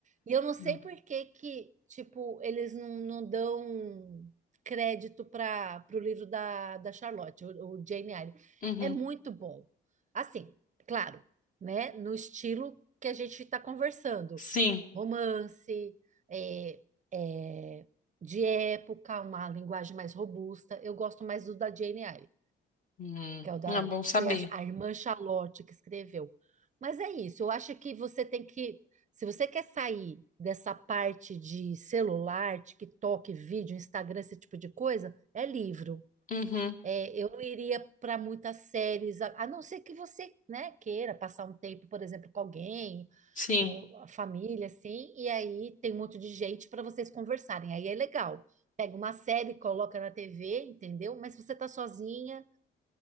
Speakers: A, on the right; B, on the left.
A: E eu não sei
B: Não.
A: por que que, tipo, eles não, não dão crédito para o livro da, da Charlotte, o, o Jane Eyre.
B: Uhum.
A: É muito bom. Assim, claro, né? No estilo que a gente está conversando.
B: Sim.
A: Romance, é, é, de época, uma linguagem mais robusta. Eu gosto mais do da Jane Eyre
B: Hum,
A: que é o da,
B: é bom
A: que
B: saber.
A: foi a, a irmã Charlotte que escreveu. Mas é isso, eu acho que você tem que, se você quer sair dessa parte de celular, TikTok, vídeo, Instagram, esse tipo de coisa, é livro.
B: Uhum.
A: É, eu não iria para muitas séries, a, a não ser que você, né, queira passar um tempo, por exemplo, com alguém,
B: Sim.
A: um- a família, assim, e aí tem um monte de gente para vocês conversarem. Aí é legal. Pega uma série, coloca na TV, entendeu? Mas se você tá sozinha,